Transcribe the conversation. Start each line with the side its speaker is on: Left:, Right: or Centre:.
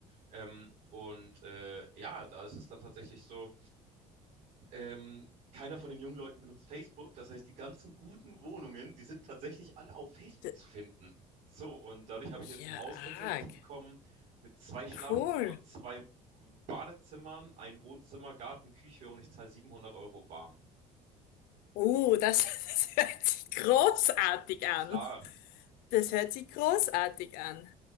Right: Ähm, und äh, ja, da ist es dann tatsächlich so, ähm, keiner von den jungen Leuten benutzt Facebook. Das heißt, die ganzen guten Wohnungen, die sind tatsächlich alle auf Facebook
Left: D-
Right: zu finden. So, und dadurch habe ich jetzt
Left: Ja,
Right: ein Haus tatsächlich
Left: arg.
Right: bekommen mit zwei Schlafzimmern,
Left: Cool.
Right: zwei Badezimmern, ein Wohnzimmer, Garten, Küche und ich zahle 700 Euro warm.
Left: Oh, das, <laughs> das hört sich großartig an.
Right: Klar.
Left: Das hört sich großartig an.